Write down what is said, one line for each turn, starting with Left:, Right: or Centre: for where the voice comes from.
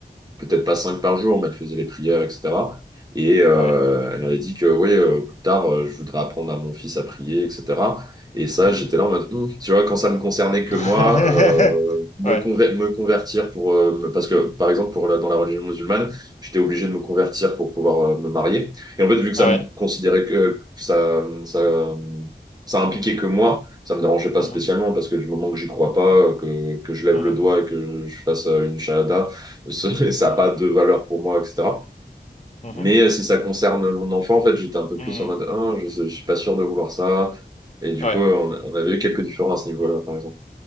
Right: peut-être pas cinq par jour, mais elle faisait les prières, etc. Et euh,
Left: ouais.
Right: elle avait dit que oui, euh, plus tard, euh, je voudrais apprendre à mon fils à prier, etc. Et ça,
Left: Mhm.
Right: j'étais là en mode, Hum, tu vois, quand ça me concernait que
Left: <laughs>
Right: moi, euh, me,
Left: ouais,
Right: conver- me convertir pour, euh, me- parce que par exemple, pour la- dans la religion musulmane, j'étais obligé de me convertir pour pouvoir euh, me marier. Et en fait, vu que
Left: ouais.
Right: ça me considérait que ça, ça, ça impliquait que moi, ça me dérangeait pas
Left: Mhm.
Right: spécialement parce que du moment que j'y crois pas, euh, que, que je lève
Left: Mhm.
Right: le doigt et que je fasse euh, une shahada, ça
Left: Mhm.
Right: n'a pas de valeur pour moi, etc.
Left: Mhm.
Right: Mais euh, si ça concerne mon enfant, en fait, j'étais un peu
Left: Mhm.
Right: plus en mode, ah, je, je suis pas sûr de vouloir ça. Et du
Left: Ouais.
Right: coup, on, on avait eu quelques différences à ce niveau-là, par exemple.